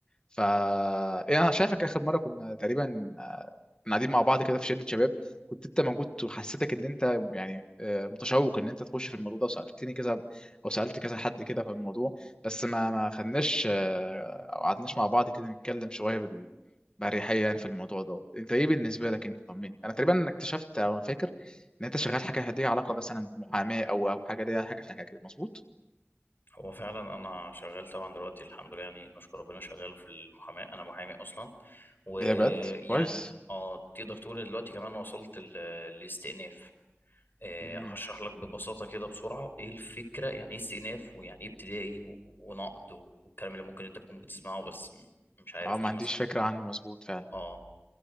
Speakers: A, on the left; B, on the left.
A: ف يعني انا شايفك اخر مره كنا تقريبا آه، كنا قاعدين مع بعض كده في شله شباب كنت انت موجود وحسيتك ان انت يعني آه، متشوق ان انت تخش في الموضوع ده وسالتني كذا او سالت كذا حد كده في الموضوع بس ما ما خدناش آه، او قعدناش مع بعض كده نتكلم شويه بال بأريحية يعني في الموضوع دوت انت ايه بالنسبه لك انت طمني انا تقريبا اكتشفت او فاكر ان انت شغال حاجه ليها علاقه مثلا بمحاماه او او حاجه ليها حاجه في حاجه كده مظبوط
B: هو فعلا انا شغال طبعا دلوقتي الحمد لله يعني نشكر ربنا شغال في المحاماه انا محامي اصلا ويعني
A: ايه ده بجد كويس
B: اه تقدر تقول دلوقتي كمان وصلت للاستئناف آه
A: مم.
B: هشرح لك ببساطه كده بسرعه ايه الفكره يعني ايه استئناف ويعني ايه ابتدائي و- ونقض و- والكلام اللي ممكن انت تكون بتسمعه بس م- مش عارف
A: اه ما
B: ايه
A: عنديش
B: مثلا
A: فكرة عنه مظبوط فعلا
B: اه